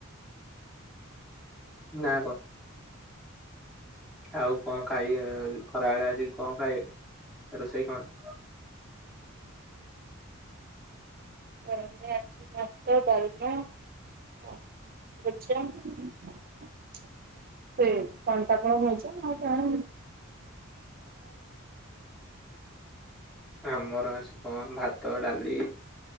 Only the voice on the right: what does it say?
ଖରା ବେଳେ ଆଜି ଭାତ ଡାଲମା <inaudible> ଭଜା <inaudible> ତମର ଆଜି କଣ?